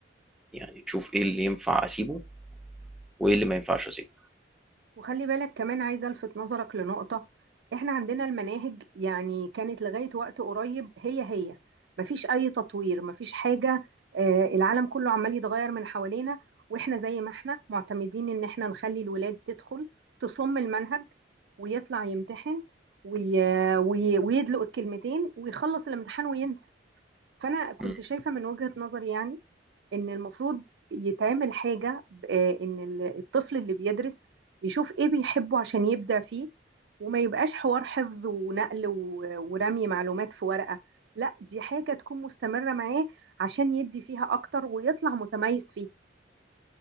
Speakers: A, in the centre; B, on the right.
A: يعني نشوف ايه اللي ينفع اسيبه وايه اللي ما ينفعش اسيبه
B: وخلي بالك كمان عايزة ألفت نظرك لنقطة إحنا عندنا المناهج يعني كانت لغاية وقت قريب هي هي مفيش أي تطوير مفيش حاجة آه، العالم كله عمال يتغير من حوالينا وإحنا زي ما إحنا معتمدين إن إحنا نخلي الولاد تدخل تصم المنهج ويطلع يمتحن وي... وي... ويدلق الكلمتين ويخلص الامتحان وينسى فأنا كنت
A: مم.
B: شايفة من وجهة نظري يعني ان المفروض يتعمل حاجة آه، ان ال- الطفل اللي بيدرس يشوف ايه بيحبه عشان يبدع فيه وما يبقاش حوار حفظ ونقل و- ورمي معلومات في ورقة لا دي حاجة تكون مستمرة معاه عشان يدي فيها اكتر ويطلع متميز فيها